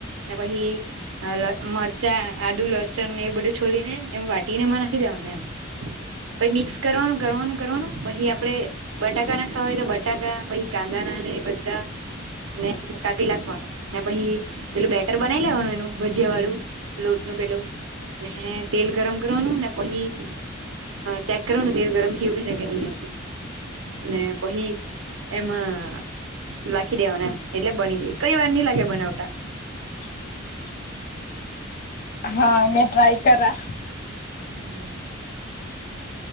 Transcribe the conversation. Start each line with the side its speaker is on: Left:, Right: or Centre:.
Right: ને પહી મરચા આદુ લસણ એ બધું છોલી ને એમ વાટીને એમાં નાખી દેવાન ન અમ પહી મિક્સ કરવાનું કરવાનું કરવાનું પહી આપડે બટાકા ના ખાવા હોય તો બટાકા પહી કા નાંદા ના એ બધા ને અમ કાપી લખવાનું ને પહી પેલું બેટર બનાવી લેવાનું એનું ભજીયા વાળું લોટનું પેલું ને તેલ ગરમ કરવાનું ને પહી હ ચેક કરો ને તેલ ગરમ થયું ઉકે છે કે નહી એમ ને પહી એમાં લાખી દેવાના એમ એટલે બની જાય કઈ વાર નઈ લાગે બનાવટા
Left: <inaudible> હા મેં ટ્રાય કરા
Right: હમ